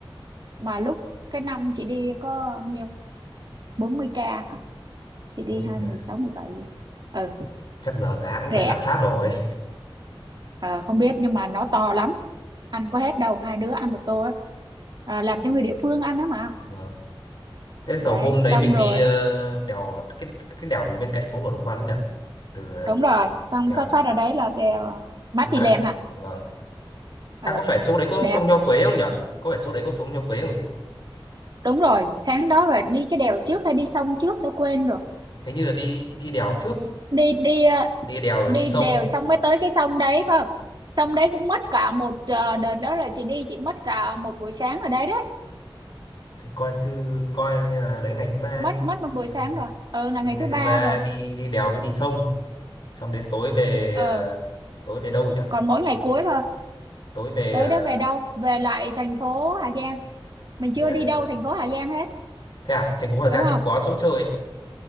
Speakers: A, on the right; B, on the left.
A: mà lúc cái năm chị đi có nhiêu bốn mươi k hả chị đi
B: bố mình
A: hai
B: à,
A: mười sáu mười bảy ừ
B: chắc giờ giá cũng
A: rẻ
B: phải lạm phát rồi
A: Ờ, không biết nhưng mà nó to lắm ăn có hết đâu hai đứa ăn một tô ấy Ờ, làm cho người địa phương ăn đó mà
B: Vâng. Thế sau
A: đấy
B: hôm đấy
A: xong
B: mình
A: rồi
B: đi ờ, đèo cái cái đèo gì bên cạnh phố của Đồng Văn nhỉ? Từ ờ,
A: đúng rồi xong
B: đèo
A: xuất phát ở đấy là đèo Mã
B: Kim
A: Pì
B: Mã.
A: Lèng hả
B: Vâng.
A: ừ
B: À có phải chỗ đấy có
A: đẹp
B: sông Nho Quế không nhỉ? Có phải chỗ đấy có sông Nho Quế không gì?
A: đúng rồi sáng đó là đi cái đèo trước hay đi sông trước tôi quên rồi
B: Hình như là đi đi đèo trước,
A: đi đi ờ,
B: đi đèo rồi
A: đi
B: đi sông.
A: đều xong mới tới cái sông đấy phải không sông đấy cũng mất cả một ờ, đợt đó là chị đi chị mất cả một buổi sáng ở đấy đấy
B: Thì coi chứ coi như là đấy ngày thứ ba
A: mất
B: đi.
A: mất một buổi
B: Ừ.
A: sáng rồi ừ là
B: Đi
A: ngày
B: ngày
A: thứ ba
B: thứ ba
A: rồi
B: đi đi đèo với đi sông, xong đến tối về
A: ờ
B: ờ, tối về đâu nhỉ?
A: còn mỗi
B: Tối
A: ngày cuối thôi
B: tối về
A: tối
B: ờ,
A: đó về đâu về lại thành phố Hà Giang mình
B: về
A: chưa
B: lại
A: đi
B: thành
A: đâu
B: phố.
A: thành phố Hà Giang hết
B: Thế à, thành phố Hà Giang
A: đúng không
B: cũng có chỗ chơi ạ.